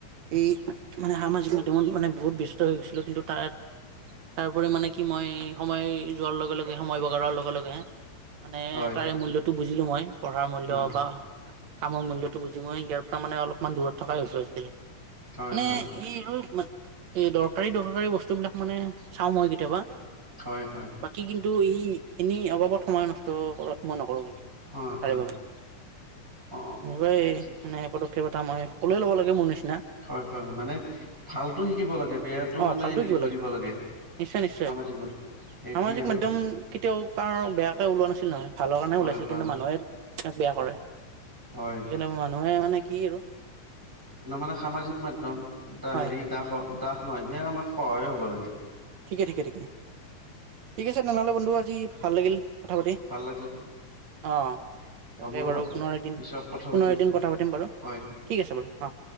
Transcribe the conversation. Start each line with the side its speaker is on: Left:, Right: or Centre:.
Right: এই মানে সামাজিক মাধ্যমত মানে বহুত ব্যস্ত হৈ গৈছিলোঁ কিন্তু তাত তাৰোপৰি মানে কি মই সময় যোৱাৰ লগে লগে সময় বগাৰৰ লগে লগে মানে
Centre: হয়
Right: তাৰে মূল্যটো বুজিলো মই পঢ়াৰ মূল্য
Centre: হয়
Right: বা কামৰ মূল্যটো বুজি মই ইয়াৰ পৰা মানে অলপমান দূৰত থকাই হৈছো আজিকালি
Centre: হয়
Right: মানে
Centre: হয় হয়
Right: এই আৰু এ দৰকাৰী দৰকাৰী বস্তু বিলাক মানে চাও মই কেতিয়াবা
Centre: হয় হয়
Right: বাকী কিন্তু কিন্তু ই এনেই অবাবত সময় নষ্ট কৰা মই নকৰো কিন্তু
Centre: হয়
Right: তাৰে
Centre: হয়
Right: বাবে
Centre: অ
Right: এনেকুৱাই
Centre: ঠিক
Right: মানে পদক্ষেপ এটা মই সকলোৱে ল'ব লাগে মোৰ নিচিনা
Centre: হয় হয় হয় মানে ভালতো শিকিব লাগে বেয়াটো
Right: অ
Centre: মানে
Right: ভালটো
Centre: হেৰি
Right: কিব
Centre: কৰিব লাগে
Right: নিশ্চয় নিশ্চয়
Centre: সামাজিক মাধ্যম সেইটোৱে
Right: সামাজিক
Centre: আৰু
Right: মাধ্যম কেতিয়াও কাৰ বেয়াকৈ ওলোৱা নাছিল নহয় ভালৰ কাৰণে
Centre: হয়
Right: ওলাইছিল
Centre: হয়
Right: কিন্তু মানুহে ইয়াক বেয়া কৰে
Centre: হয়
Right: সেইকাৰণে মানুহে মানে কি আৰু
Centre: নহয় মানে সামাজিক মাধ্যম এটা হেৰি
Right: হয়
Centre: দাস দাস নহয় সেই আমাক সহায়ে হ'ব লাগে
Right: ঠিকে ঠিক ঠিকে ঠিক আছে তেনেহ'লে বন্ধু আজি ভাল লাগিল কথা পাতি
Centre: ভাল লাগিল
Right: অ তাকে
Centre: মোৰো ভাল
Right: বাৰু পুনৰ এদিন
Centre: পিছত কথা পাতিম
Right: পুনৰ এদিন কথা পাতিম বাৰু
Centre: হয়।
Right: ঠিক আছে বাৰু অ